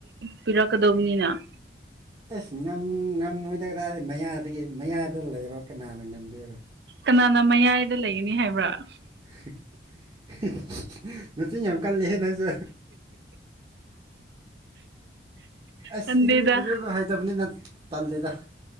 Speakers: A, on the right; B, on the right.
A: ꯄꯤꯔꯛꯀꯗꯧꯕꯅꯤꯅ ꯎ
B: ꯑꯁ ꯉꯝꯃꯣꯏꯗꯒꯗꯥꯥꯔꯗꯤ ꯃꯌꯥꯁꯤꯒꯤ ꯃꯌꯥꯗ ꯂꯩꯔꯣ ꯀꯅꯥꯅ ꯉꯝꯗꯦꯔꯣ
A: ꯀꯅꯥꯅ ꯃꯌꯥꯏꯗ ꯂꯩꯒꯅꯤ ꯍꯥꯏꯕ꯭ꯔꯥ
B: <inaudible> ꯅꯆꯤꯟ ꯌꯥꯝ ꯀꯜꯂꯤꯍꯦ ꯅꯪꯁꯨ ꯑꯁ
A: ꯈꯟꯗꯦꯗ
B: ꯏꯔꯣꯏꯕ ꯍꯥꯏꯇꯕꯅꯤꯅꯪ ꯇꯜꯂꯦꯗ